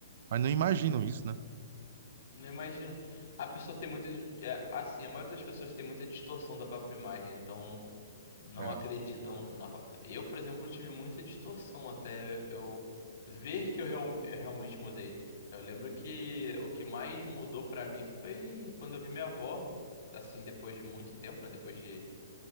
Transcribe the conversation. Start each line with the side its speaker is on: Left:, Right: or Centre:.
Right: Mas não imaginam isso, né?
Left: Não imagino. A pessoa tem muita. di- é, assim, a maioria das pessoas tem muita distorção da própria imagem, então não
Right: É.
Left: acreditam na. fa- Eu, por exemplo, tive muita distorção até eu ver que eu real- é, realmente mudei. Eu lembro que o que mais mudou pra mim foi quando eu vi minha avó, assim, depois de muito tempo, né? Depois de.